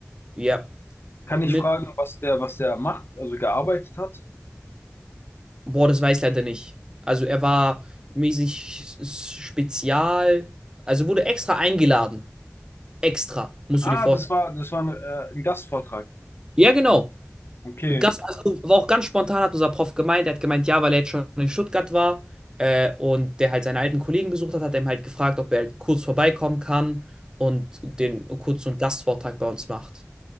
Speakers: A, on the right; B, on the left.
A: ja.
B: Kann ich
A: Mit
B: fragen, was der, was der macht, also gearbeitet hat?
A: Boah, das weiß ich leider nicht. Also er war mäßig s- spezial, also wurde extra eingeladen. Extra, musst
B: Ah,
A: du dir vorstellen.
B: das war, das war ein, äh, ein Gastvortrag.
A: Ja, genau.
B: Okay.
A: Gast, also war auch ganz spontan, hat unser Prof gemeint. Er hat gemeint, ja, weil er jetzt schon in Stuttgart war äh, und der halt seine alten Kollegen besucht hat, hat er ihm halt gefragt, ob er halt kurz vorbeikommen kann und den kurz so einen Gastvortrag bei uns macht.